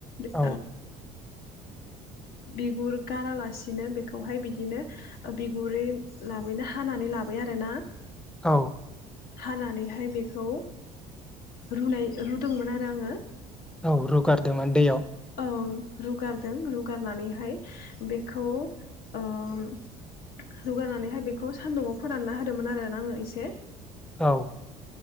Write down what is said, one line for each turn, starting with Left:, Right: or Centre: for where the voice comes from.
Left: द
Centre: औ
Left: बिगुर गारालासिनो बेखौहाय बिदिनो बिगुरै लाबायनो हानानै लाबाय आरोना
Centre: औ।
Left: हानानैहाय बेखौ रुदोंमोन आरो आङो
Centre: औ रुगारदोंमोन दैयाव
Left: ओ रुगारदों रुगारनानैहाय बेखौ रुगारनानैहाय बेखौ सान्दुंङाव फोरानना होदोंमोन आरोना आङो एसे
Centre: औ।